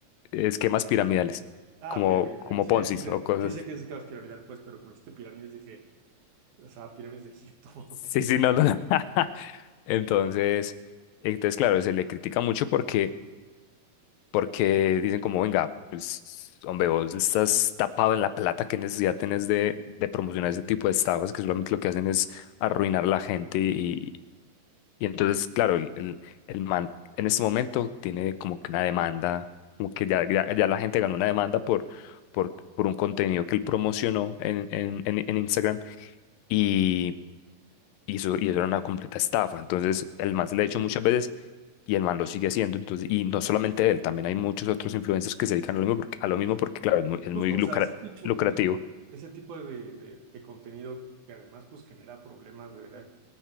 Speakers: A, on the left; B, on the right.
A: esquemas piramidales,
B: Ah,
A: como,
B: ok, ok,
A: como
B: ya, sí,
A: Ponzi
B: ya, sí sé,
A: o cosas.
B: sí sé que es caos piramidal, pues, pero como dijiste pirámides dije, o sea, pirámides de Egipto. <laughs> ok.
A: Sí, sí, no, no, no. Entonces, entonces claro, se le critica mucho porque, porque dicen como, venga, pues, hombre, vos estás tapado en la plata, ¿qué necesidad tenés de, de promocionar ese tipo de estafas que solamente lo que hacen es arruinar a la gente? Y, y entonces, claro, el, el, el man en este momento tiene como que una demanda, como que ya, ya, ya la gente ganó una demanda por, por, por un contenido que él promocionó en, en, en en Instagram. Y y eso, y eso era una completa estafa. Entonces, el man se
B: Eh,
A: le ha hecho muchas veces y el man lo sigue haciendo. Entonces, y no solamente él, también hay muchos otros influencers que se dedican a lo mismo porque, a lo mismo porque claro, es muy, es
B: Justo,
A: muy lucra-
B: o sea, ese tipo,
A: lucrativo.
B: y no- ese tipo de, de- de contenido que además pues genera problemas debería